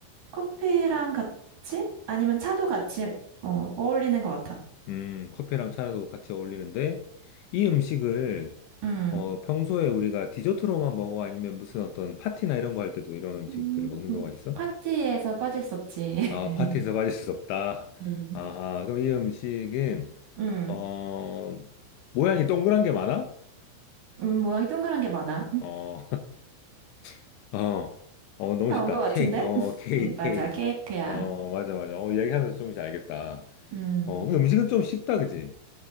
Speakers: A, on the right (about 55°); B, on the left (about 80°).
A: 커피랑 같이? 아니면 차도 같이, 어, 어울리는 것 같아.
B: 음, 커피랑 차도 같이 어울리는데 이 음식을
A: 음,
B: 어, 평소에 우리가 디저트로만 먹어 아니면 무슨 어떤 파티나 이런 거 할 때도 이런 음식들을
A: 음,
B: 먹는 경우가 있어?
A: 파티에서 빠질 수 없지. <laughs>
B: 아, 파티에서 빠질 수 없다.
A: 음,
B: 아하, 그럼 이 음식은,
A: 음,
B: 어, 모양이 동그란 게 많아?
A: 음, 모양이 동그란 게 많아.
B: 어, <laughs> 어, 어, 너무
A: 다
B: 쉽다.
A: 온 것 같은데?
B: 케이크, 어,
A: <laughs>
B: 케이크,
A: 음, 맞아,
B: 케이크.
A: 케이크야.
B: 어, 맞아, 맞아. 어, 얘기하면서 조금씩 알겠다.
A: 음,
B: 어, 그 음식은 좀 쉽다, 그지?